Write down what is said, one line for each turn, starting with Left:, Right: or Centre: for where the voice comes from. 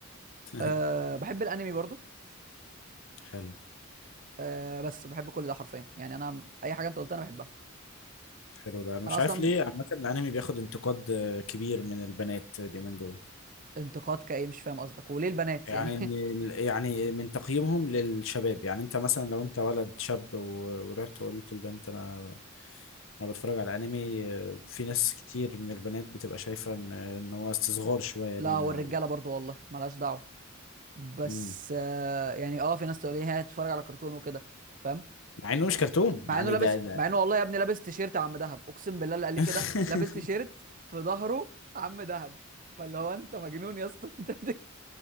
Left: <laughs>
Right: أه بحب الانمي برضو
Left: حلو
Right: أه بس بحب كل ده حرفيا يعني انا اي حاجه انت قلتها انا بحبها
Left: حلو ده انا مش
Right: انا اصلا
Left: عارف ليه عامه الانمي بياخد انتقاد آه، كبير من البنات اليومين دول
Right: انتقاد كايه مش فاهم قصدك وليه البنات
Left: يعني
Right: يعني
Left: إن
Right: <laughs>
Left: ال- يعني من تقييمهم للشباب يعني انت مثلا لو انت ولد شاب و- ورحت وقلت للبنت انا انا بتفرج على انمي آه، في ناس كتير من البنات بتبقى شايفه ان ان هو استصغار شويه
Right: لا
Left: لينا
Right: والرجاله
Left: او
Right: برضو والله ملهاش دعوه بس
Left: امم
Right: آه يعني اه في ناس تقول ايه هتتفرج على كرتون وكده فاهم
Left: مع انه مش كرتون
Right: مع
Left: يعني
Right: انه لابس
Left: ده ده
Right: مع انه والله يا ابني لابس تيشيرت عم دهب اقسم بالله اللي قال لي
Left: <laughs>
Right: كده لابس تيشيرت في ظهره عم دهب فاللي هو انت مجنون يا اسطى <laughs> انت بت-